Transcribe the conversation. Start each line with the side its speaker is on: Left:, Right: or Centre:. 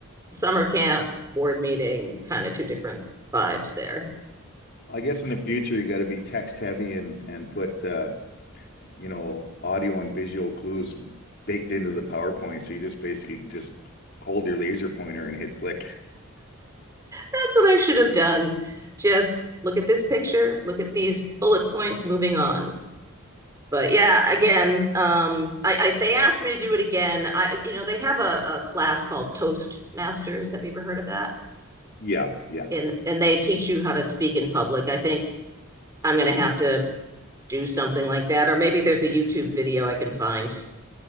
Right: Summer camp, board meeting, kind of two different vibes there.
Left: I guess in the future you got to be text heavy and and put uh, you know audio and visual clues baked into the PowerPoint, so you just basically just hold your laser pointer and hit click.
Right: That's what I should have done. Just look at this picture, look at these bullet points, moving on. But yeah, again, um, I, I, if they asked me to do it again, I, you know, they have a, a class called Toastmasters. Have you ever heard of that?
Left: Yeah, yeah.
Right: And and they teach you how to speak in public. I think I'm going to have to do something like that, or maybe there's a YouTube video I can find